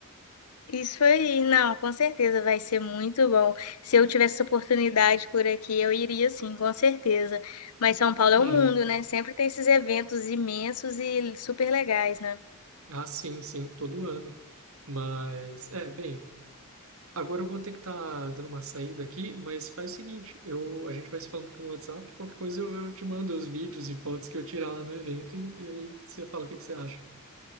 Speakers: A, on the left (about 80°); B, on the right (about 65°).
A: Isso aí, não, com certeza vai ser muito bom. Se eu tivesse essa oportunidade por aqui, eu iria sim, com certeza. Mas São Paulo é
B: Uhum.
A: um mundo, né? Sempre tem esses eventos imensos e super legais, né?
B: Ah, sim, sim, todo ano. Mas, é, bem, agora eu vou ter que estar dando uma saída aqui, mas faz o seguinte, eu, a gente vai se falando pelo WhatsApp, qualquer coisa eu, eu te mando os vídeos e fotos que eu tirar lá no evento e, e aí você fala o que que você acha.